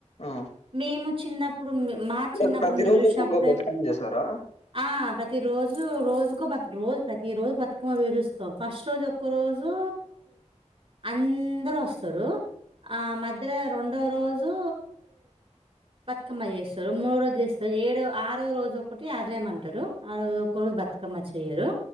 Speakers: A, on the left; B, on the right.
A: ఆ!
B: మేము చిన్న ఇప్పుడు మా
A: అంటే
B: చిన్నప్పుడు
A: ప్రతి
B: మేము
A: రోజు
B: చూసినప్పుడే
A: ఒక్కొక్క బతుకమ్మ చేస్తారా
B: ఆ ప్రతి రోజు రోజుకో బత్ రోజు ప్రతి రోజు బతుకమ్మ పేరుస్తాం ఫస్ట్ రోజు ఒక్ ఒక రోజు అందరు వస్తారు ఆ మధ్యలో రెండో రోజు బతుకమ్మ చేస్తారు మూడు రోజు చేస్తారు ఏడో ఆరో రోజు ఒకటి ఆధాయం అంటారు ఆరోజు ఒక్క రోజు బతుకమ్మ చెయ్యరు